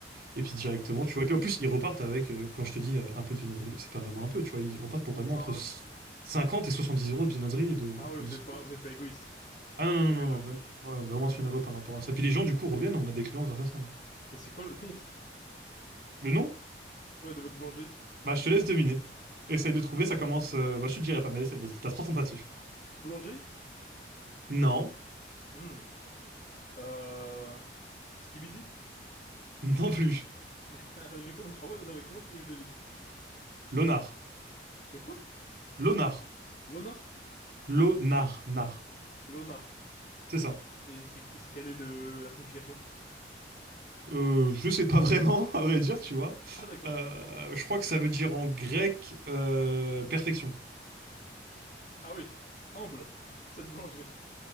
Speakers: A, on the right (about 55°); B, on the left (about 45°).
A: et
B: Ah
A: puis directement,
B: là là.
A: tu vois. Et puis en plus ils repartent avec, euh, quand je te dis euh, un peu de viennoiserie, c'est pas vraiment un peu, tu vois. Ils repartent pour vraiment
B: C'est
A: entre
B: un.
A: s- 50 et 70 euros de viennoiserie et de
B: Ah oui,
A: et
B: vous
A: de sandwich.
B: êtes pas, vous êtes pas égoïste.
A: Ah non,
B: Très
A: non,
B: généreux.
A: non, non, non, vraiment. Ouais, on est
B: D'accord.
A: vraiment généreux par rapport à ça. Puis les gens,
B: Et,
A: du coup, reviennent, on a des clients grâce à ça.
B: et c'est quoi le nom <laughs>
A: Le nom?
B: ouais, de votre boulangerie?
A: Bah, je te laisse deviner. Essaye de trouver, ça commence. euh, Bah, je te dirai pas, mais essaye, vas-y, t'as trois tentatives.
B: Boulangerie?
A: Non,
B: Hmm. Euh... Skibidi?
A: <laughs> non plus.
B: <laughs> Mais comment tu... en vrai, non, mais comment tu veux que je devine?
A: Lonar.
B: Le quoi?
A: Lonar.
B: L'honneur?
A: Lonar. Nar.
B: L'honneur.
A: C'est ça.
B: Et c'est c'est- quelle est le... la signification?
A: Euh, je sais pas vraiment, <laughs> à vrai dire, tu vois.
B: Ah d'accord.
A: Euh, je crois que ça veut dire en grec euh, perfection.
B: Ah oui. Humble. <laughs> Cette boulangerie.